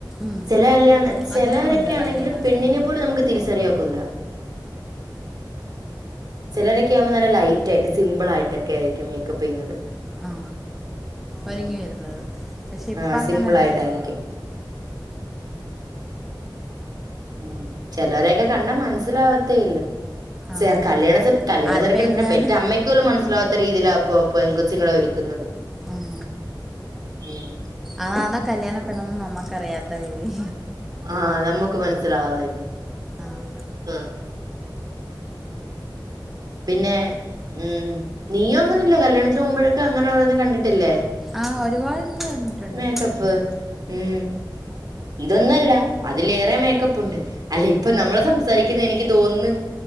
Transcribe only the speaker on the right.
ചില കല്ലാ ചെലവരൊക്കെ
ആണെങ്കിൽ
പെണ്ണിനെ പോലും നമുക്ക് തിരിച്ചറിയൻ ഒ കുതല ചിലരൊക്കെ ആവുമ്പോ നല്ല ലൈ റ്റായിട്ട് സിമ്പിൾ ആയിട്ടൊക്കെ ആരിക്കും മേക്കപ്പ് ചെയ്യുന്നത്
ഉം
ആഹ്
സിമ്പിളായിട്ടായിരിക്കും ഉം ചെലരെയൊക്കെ കണ്ടാ മനസ്സിലാവത്തേ ഇല്ല
ചെ കല്യാണ ചെർ കല്യാണ
ചെർക്കൻ
പെ
അമ്മയ്ക്ക് പോലും മനസ്സിലാവാത്ത രീതിയിലാ ഇപ്പോ പെൺ കൊച്ചിങ്ങളെ ഒരുക്കുന്നത്
ഉം
ആഹ് നമ്മുക്ക് മനസ്സിലാവാതായി പ്
അ ഹ് പിന്നെ ഉം നീയും അങ്ങനല്ലെ കല്യാണത്തിനു പോഉമ്പോഴക്കെ അങ്ങനേ ന്നെ കണ്ടിട്ടില്ലേ
മേക്കപ്പ് ഉം ഇതൊന്നൊല്ല അതിലേറെ മേക്കപ്പ് ഉണ്ട് അല്ല ഇപ്പ നമ്മളെ സംസാരിക്കുന്ന എനിക്ക് തോന്നുന്നു